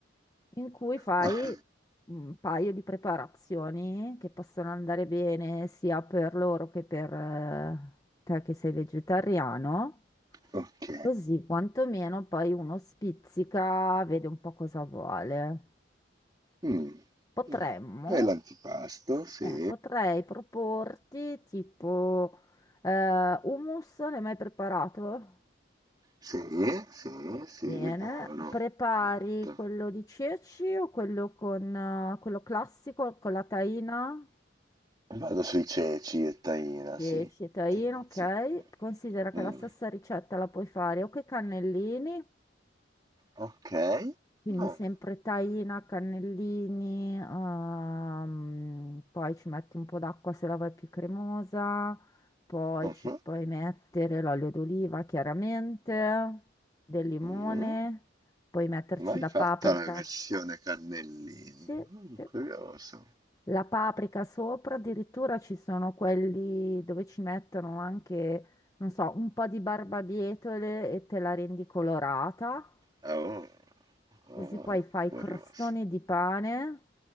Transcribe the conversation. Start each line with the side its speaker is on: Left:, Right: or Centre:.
Left: in cui fai
Right: Ah,
Left: un paio di preparazioni che possono andare bene sia per loro che per eh, te che sei vegetariano?
Right: ok.
Left: Così quantomeno poi uno spizzica, vede un po' cosa vuole.
Right: Mm.
Left: Potremmo
Right: Mm. E l'antipasto, sì.
Left: Eh, potrei proporti tipo eh, hummus, l'hai mai preparato?
Right: Sì, sì, sì,
Left: Bene,
Right: buono.
Left: prepari
Right: Molto.
Left: quello di ceci o quello con eh, quello classico con la taina?
Right: Vado sui ceci e taina,
Left: Ceci
Right: sì.
Left: e taina,
Right: Tendenzia.
Left: ok. Considera che
Right: Mm,
Left: la stessa ricetta la puoi fare o con i cannellini
Right: Ok.
Left: Quindi
Right: Ah,
Left: sempre taina, cannellini, ehm, poi ci metti un po' d'acqua se la vuoi più cremosa, poi
Right: mhm,
Left: ci puoi mettere l'olio d'oliva chiaramente, del limone,
Right: mm.
Left: puoi metterci
Right: Mai
Left: la
Right: fatta
Left: paprika.
Right: la versione cannellini.
Left: Sì,
Right: Mm,
Left: sì.
Right: curioso.
Left: La paprika sopra, addirittura ci sono quelli dove ci mettono anche, non so, un po' di barbabietole e te la rendi colorata.
Right: Ah, oh, oh,
Left: Così poi fai
Right: curioso.
Left: crostoni di pane,